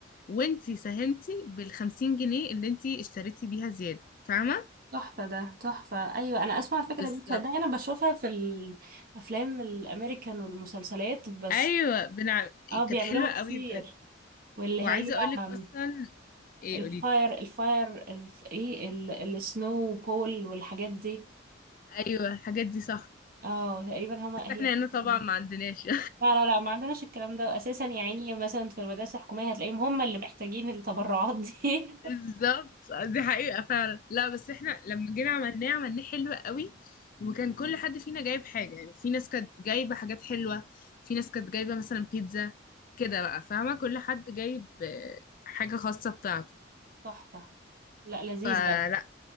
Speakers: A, on the left; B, on the right.
A: وانتي ساهمتي بالخمسين جنيه اللي انتي اشتريتي بيها زيادة فاهمة؟
B: تحفة ده تحفة أيوة أنا أسمع الفكرة
A: بالظبط
B: دي تصدقي أنا بشوفها في الأفلام الأمريكان والمسلسلات بس
A: ايوه بنع...
B: اه بيعملوها
A: كانت حلوة
B: كتير
A: قوي بجد
B: واللي
A: وعايزة
B: هي
A: اقولك اصلا
B: آم،
A: ايه
B: الفاير
A: قولي
B: الفاير الف... ايه ال... السنو بول والحاجات دي
A: ايوه الحاجات دي صح
B: اه تقريبا هما
A: بس احنا
B: هي بتبقى-
A: هنا طبعا ما عندناش
B: لا لا لا ما عندناش الكلام ده أساسا يعني مثلا في المدارس الحكومية هتلاقيهم هما اللي محتاجين التبرعات دي
A: <laughs> بالظبط دي حقيقة فعلا لا بس احنا لما جينا عملناه عملناه حلو قوي وكان كل حد فينا جايب حاجة يعني في ناس كانت جايبة حاجات حلوة في ناس كانت جايبة مثلا بيتزا كده بقى فاهمة كل حد جايب آه، حاجة خاصة بتاعته
B: <laughs> تحفة لا لذيذة
A: فلا